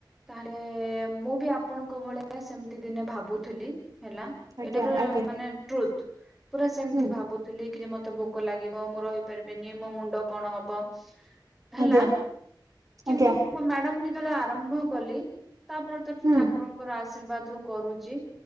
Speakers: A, in the centre; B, on the right.
A: ତାହେଲେ ମୁଁ ବି ଆପଣଙ୍କ ଭଳିଆ ସେମିତି ଦିନେ ଭାବୁଥିଲି ହେଲା।
B: ଆଜ୍ଞା
A: ଏଇଟା
B: ଆଜ୍ଞା।
A: ମାନେ ଟ୍ରୁଥ ପୁରା ସେମିତି
B: ହୁଁ
A: ଭାବୁ ଥିଲି କି ଯେ ମତେ ଭୋକ ଲାଗିବ ମୁଁ ରହିପାରିବିନି ମୋ ମୁଣ୍ଡ କଣ ହବ। ହେଲା
B: ଆଜ୍ଞା
A: କିନ୍ତୁ
B: ଆଜ୍ଞା
A: ମ୍ୟାଡ଼ାମ ମୁଁ ଯେତେବେଳେ ଆରମ୍ଭ କଲି ତାପରେ ତ
B: ହୁଁ।
A: ଠାକୁରଙ୍କର ଆଶୀର୍ବାଦ ରୁ କରୁଛି